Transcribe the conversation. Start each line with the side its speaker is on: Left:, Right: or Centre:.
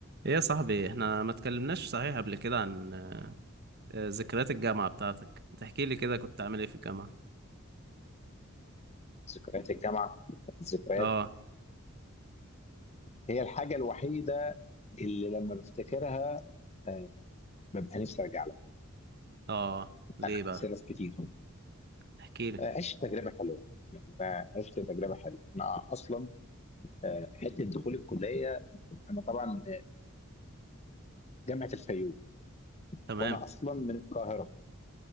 Right: ايه يا صاحبي احنا ما اتكلمناش صحيح قبل كده عن آه، آه، ذكريات الجامعة بتاعتك تحكي لي كده كنت عامل ايه في الجامعة
Left: ذكريات الجامعة كانت ذكريات
Right: اه
Left: هي الحاجة الوحيدة اللي لما بفتكرها آه، ببقى نفسي ارجع لها
Right: اه ليه
Left: انا عكس
Right: بقى
Left: ناس كتير
Right: احكي لي
Left: آه، عشت تجربة حلوة يعني انا عشت تجربه حلوه انا اصلا آه، حته دخول الكليه انا طبعا آه، جامعه الفيوم
Right: تمام
Left: وانا اصلا من القاهره